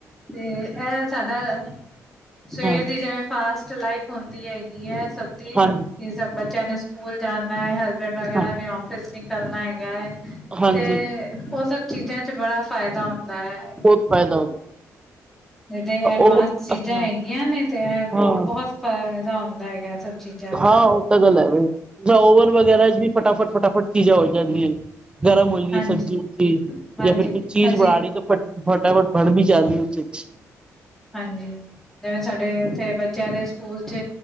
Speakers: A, in the centre; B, on the right (about 15°).
A: ਤੇ ਇਹ ਸਾਡਾ, ਸਵੇਰ
B: ਹਾਂ
A: ਦੀ ਜਿਵੇਂ ਫਾਸਟ ਲਾਈਟ ਹੁੰਦੀ ਹੈਗੀ ਹੈ ਸਭ ਦੀ,
B: ਹਾਂਜੀ
A: ਸਭ ਬੱਚਿਆਂ ਨੇ ਸਕੂਲ ਜਾਣਾ ਹੈ ਹਸਬੈਂਡ ਵਗੈਰਾ
B: ਹਾਂ
A: ਨੇ ਆਫਿਸ ਨਿਕਲਣਾ ਹੈਗਾ ਹੈ,
B: ਹਾਂਜੀ
A: ਤੇ ਉਹ ਸਭ ਚੀਜ਼ਾਂ ਚ ਬੜਾ ਫਾਇਦਾ ਹੁੰਦਾ ਹੈ।
B: ਬਹੁਤ ਫਾਇਦਾ ਹੁੰਦਾ।
A: ਜੇ ਐਡਵਾਂਸ
B: ਉਹ
A: ਚੀਜ਼ਾਂ
B: ਹਾਂ
A: ਹੈਗੀਆਂ ਨੇ ਤੇ ਇਹ
B: ਹਾਂ
A: ਬਹੁਤ ਫਾਇਦਾ ਹੁੰਦਾ ਹੈਗਾ। ਚੀਜ਼ਾਂ ਦਾ
B: ਹਾਂ ਉਹ ਤਾਂ ਗੱਲ ਹੈ ਬਈ, ਜਾਂ ਓਵਨ ਵਗੈਰਾ ਵੀ ਫਟਾਫਟ-ਫਟਾਫਟ ਚੀਜਾ ਹੋ ਜਾਂਦੀਆ। ਗਰਮ ਹੋ ਗਈ
A: ਹਾਂਜੀ
B: ਸਬਜ਼ੀ-ਸੁਬਜ਼ੀ
A: ਹਾਂਜੀ
B: ਜਾਂ ਫਿਰ ਕੁਛ ਚੀਜ਼
A: ਅਸੀਂ
B: ਬਣਾਨੀ ਤਾਂ ਫਟ ਫਟਾਫਟ ਬਣ ਵੀ ਜਾਂਦੀ ਉਸੇ ਚ।
A: ਹਾਂਜੀ, ਜਿਵੇਂ ਸਾਡੇ ਤੇ ਬੱਚਿਆਂ ਦੇ ਸਕੂਲ 'ਚ